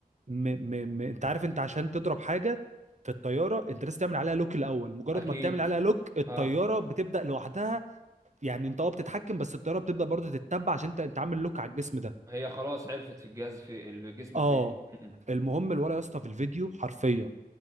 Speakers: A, on the right; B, on the right.
A: م... م... م... انت عارف انت عشان تضرب حاجه في الطياره انت لازم تعمل عليها لوك الاول مجرد
B: اكيد
A: ما بتعمل عليها لوك الطياره
B: اه
A: بتبدا لوحدها يعني انت اه بتتحكم بس الطياره بتبدا برضه تتبع عشان انت انت عامل لوك على الجسم ده
B: هي خلاص عرفت في الجهاز في الجسم
A: اه
B: فين أمم.
A: المهم الولا يا اسطى في الفيديو حرفيا